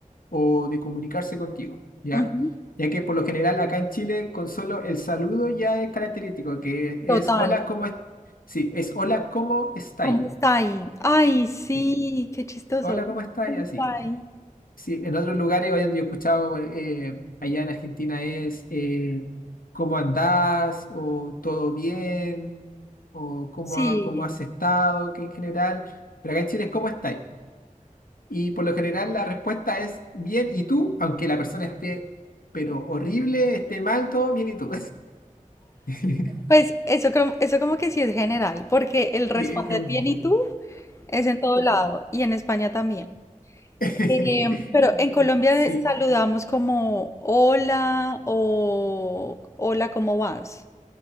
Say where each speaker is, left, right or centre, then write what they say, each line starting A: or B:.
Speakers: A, on the left; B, on the left.
A: o de comunicarse contigo, ¿ya?
B: ujú,
A: Ya que por lo general acá en Chile con solo el saludo ya es característico, que es
B: Total.
A: hola, ¿cómo es? Sí, es hola, ¿cómo estáis?
B: ¿Cómo está ahí? Ay, sí,
A: Sí,
B: qué chistoso.
A: hola, ¿cómo estáis?
B: ¿Cómo
A: Así.
B: está ahí?
A: Sí, en otros lugares, hoy yo he escuchado eh, allá en Argentina es eh, ¿cómo andás? o ¿todo bien? o cómo,
B: Sí.
A: ha- cómo has estado, que en general, pero acá en Chile es cómo estáis. Y por lo general la respuesta es bien, ¿y tú? Aunque la persona esté, pero horrible, esté mal, todo bien, ¿y tú? <laughs>
B: Pues eso, creo- eso como que sí es general, porque el responder
A: Sí, es como-
B: bien y tú es en todo lado y en España también.
A: <laughs>
B: Eh, pero en Colombia
A: Sí.
B: eh, saludamos como hola o hola, ¿cómo vas?